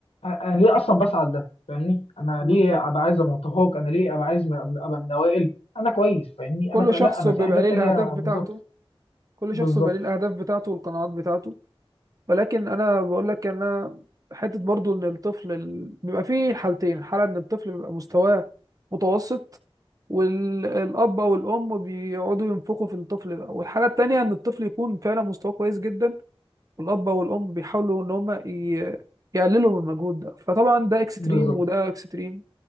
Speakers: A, on the left; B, on the right.
A: أ- انا ليه اصلا بسعى لده فاهمني انا
B: بالظبط
A: ليه ابقى عايز ابقى متفوق انا ليه ابقى عايز م- ابقى من الاوائل انا كويس فاهمني
B: كل
A: انا كو...
B: شخص
A: لا انا
B: بيبقى
A: في حاجات
B: ليه الاهداف
A: تانية
B: بتاعته
A: بالظبط
B: كل
A: بالظبط
B: شخص بيبقى ليه الاهداف بتاعته والقناعات بتاعته ولكن انا بقول لك انا حته برضو ان الطفل ال... بيبقى فيه حالتين الحاله ان الطفل بيبقى مستواه متوسط والاب او الام بيقعدوا ينفخوا في الطفل ده والحاله التانيه ان الطفل يكون فعلا مستواه كويس جدا الاب والام بيحاولوا ان هم ي- يقللوا من المجهود ده فطبعا ده اكستريم
A: بالظبط
B: وده اكستريم